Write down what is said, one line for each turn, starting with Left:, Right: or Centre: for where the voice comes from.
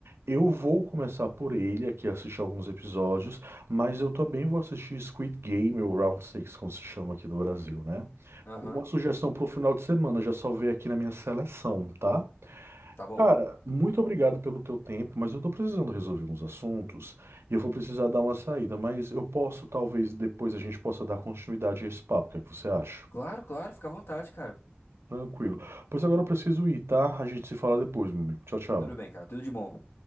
Right: Eu vou começar por ele aqui, assistir alguns episódios, mas eu também vou assistir Squid Game, ou Round Six, como se chama aqui do Brasil, né?
Left: Aham,
Right: Como uma sugestão pro final de semana, já salvei aqui na minha seleção, tá?
Left: tá bom.
Right: Cara, muito obrigado pelo teu tempo, mas eu tô precisando resolver uns assuntos e eu vou precisar dar uma saída, mas eu posso, talvez, depois a gente possa dar continuidade a esse papo, o que é que você acha?
Left: Claro, claro, fica à vontade, cara.
Right: Tranquilo. Pois agora eu preciso ir, tá? A gente se fala depois, meu amigo. Tchau, tchau.
Left: Tudo bem, cara, tudo de bom.